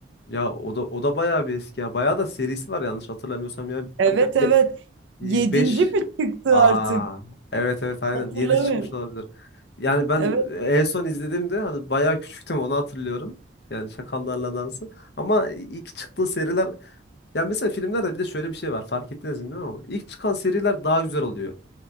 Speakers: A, on the left; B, on the right.
A: ya o da o da bayağı bir eski ya. Bayağı da serisi var yanlış hatırlamıyorsam ya.
B: Evet
A: be
B: evet.
A: beş.
B: Yedinci mi çıktı
A: Aa
B: artık?
A: evet evet aynen
B: Hatırlamıyorum.
A: 7 çıkmış olabilir. Yani ben
B: Evet
A: en son izlediğimde hani bayağı küçüktüm onu hatırlıyorum. Yani Çakallarla Dansı. Ama ilk çıktığı seriler Ya mesela filmlerde bir de şöyle bir şey var. Fark ettiniz mi bilmiyorum ama ilk çıkan seriler daha güzel oluyor.